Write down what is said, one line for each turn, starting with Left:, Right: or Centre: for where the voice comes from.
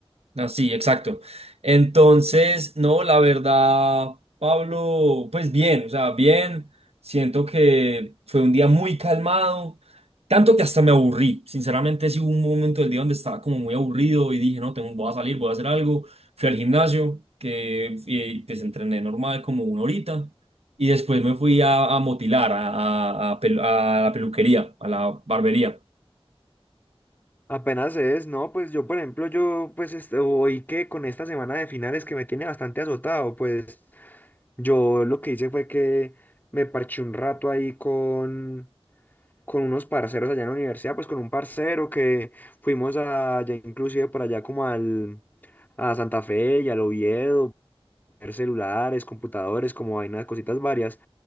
Right: Ah, sí, exacto. Entonces, no, la verdad, Pablo, pues bien, o sea, bien. Siento que fue un día muy calmado, tanto que hasta me aburrí. Sinceramente, sí hubo un momento del día donde estaba como muy aburrido y dije, no, tengo, voy a salir, voy a hacer algo. Fui al gimnasio, que y, pues entrené normal como una horita. Y después me fui a, a motilar, a, a, a pelu- a la peluquería, a la barbería.
Left: Apenas es, no, pues yo, por ejemplo, yo, pues, este, hoy que con esta semana de finales que me tiene bastante azotado, pues, yo lo que hice fue que me parché un rato ahí con con unos parceros allá en la universidad, pues con un parcero que fuimos allá inclusive por allá como al, a Santa Fe y al Oviedo, ver celulares, computadores, como vainas, cositas varias.